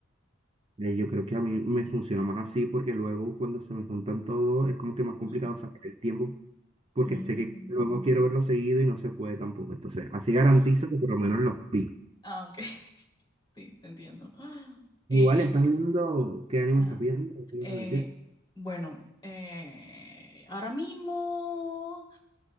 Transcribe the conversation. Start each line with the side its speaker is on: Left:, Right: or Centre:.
Right: Eh, yo creo que a mí me funciona más así porque luego cuando se me juntan todos es como que más complicado
Left: Ah,
Right: sacar el tiempo porque
Left: mm,
Right: sé que luego quiero verlo seguido y no se puede tampoco. Entonces, así garantizo
Left: ah,
Right: que por lo menos los vi.
Left: ah, ok, <laughs> sí, te entiendo. <gasps> Eh,
Right: Igual
Left: y,
Right: estás viendo, ¿qué anime
Left: ajá,
Right: estás viendo? ¿Qué ibas
Left: eh,
Right: a decir?
Left: bueno, eh, ahora mismo